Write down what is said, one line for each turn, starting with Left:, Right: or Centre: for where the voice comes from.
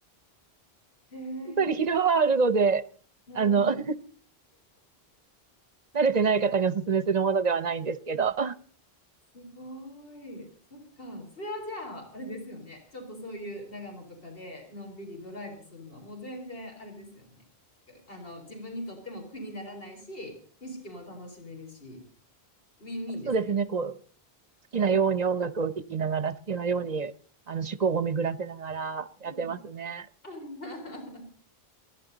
Left: へえ、
Right: っぱり疲労はあるので、
Left: うん、
Right: あの、<laughs> 慣れてない方にお勧めするものではないんですけど、
Left: すごい。そっか。それはじゃあ、あれですよね。ちょっとそういう長野とかでのんびりドライブするのはもう全然あれですよね。あの、自分にとっても苦にならないし、景色も楽しめるし、ウィンウィンですね。
Right: そうですね。こう、好きなように音楽を聴きながら、好きなように、あの、思考を巡らせながらやってますね。
Left: うん。<laughs>